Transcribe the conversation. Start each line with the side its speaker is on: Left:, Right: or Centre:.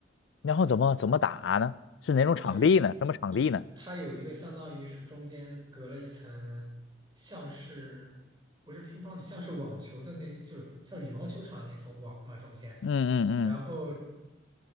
Left: 然后怎么怎么打呢？是哪种场地呢？
Right: 呃，就是
Left: 什么场地呢？
Right: 就是它有一个相当于是中间隔了一层，像是不是乒乓球，像是网球的那，就是像羽毛球场那种网嘛，中间，
Left: 嗯嗯
Right: 然后